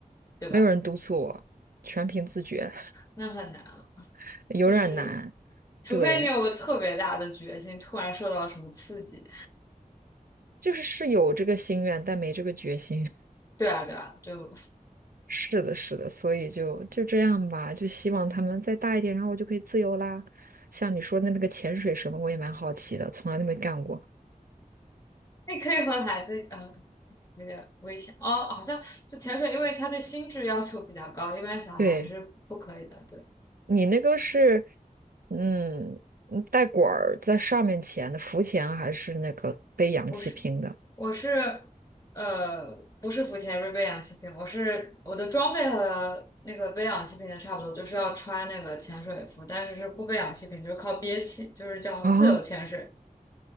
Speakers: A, on the left; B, on the right.
A: 对吧？
B: 没有人督促我，全凭自觉，
A: 那很难了，
B: <laughs> 有点难。
A: 就是除非你有个特别大的决心，
B: 对，
A: 突然受到什么刺激。
B: 就是是有这个心愿，但没这个决心。<laughs>
A: 对啊，对啊，就
B: 是的，是的，所以就就这样吧，就希望他们再大一点，然后我就可以自由啦。像你说的那个潜水什么，我也蛮好奇的，从来都没干过。
A: 你可以和孩子，呃，有点危险哦。好像就潜水，因为它对心智要求比较高，一般小孩是不可以的。
B: 对，
A: 对，
B: 你那个是，嗯，带管儿在上面潜的浮潜啊，还是那个背氧气瓶的？
A: 我是我是呃，不是浮潜，不是背氧气瓶，我是我的装备和那个背氧气瓶的差不多，就是要穿那个潜水服，但是是不背氧气瓶，就是靠憋气，就是叫自由潜水。
B: 啊，